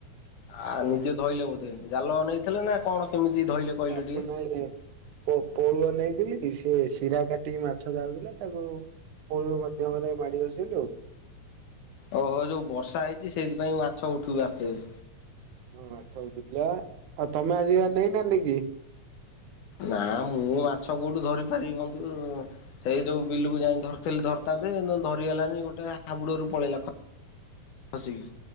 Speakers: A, on the left (about 85°); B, on the right (about 80°).
A: ଆ ନିଜେ ଧଇଲେ ବୋଧେ ଜାଲ ନେଇଥିଲେ ନା କଣ କେମିତି ଧଇଲେ? କହିଲେ
B: ପାପୁନ
A: ଟିକେ?
B: ଆଇ କାଇଁ? ପୋ ପୋଳୁଅ ନେଇଥିଲି ସେ ଶିରା କାଟି ମାଛ ଯାଉଥିଲା ତାକୁ ପୋଳ ମାଧ୍ୟମ ରେ ମାଡି ବସିଲି ଆଉ।
A: ଓ ହୋ ଯୋଉ ବର୍ଷା ହେଇଛି ସେଇଥିପାଇଁ ମାଛ ଉଠିବି ଆସିଥିବେ।
B: ହଁଛ ଉଠୁଥିଲା ଆଉ ତମେ ଆଜିିବା ନେଇ ନନ୍ତି କି?
A: ନା ମୁଁ ମାଛ କୋଉଠୁ ଧରି ପାରିବି ବନ୍ଧୁ? ସେଇ ଯୋଉ ବିଲକୁ ଯାଇ ଧରିଥିଲ ଧରଥାନ୍ତେ ଧରିଗଲାନି ଗୋଟେ ହାବୁଡରୁ ପଳେଇଲା ଖ ଖସିକି,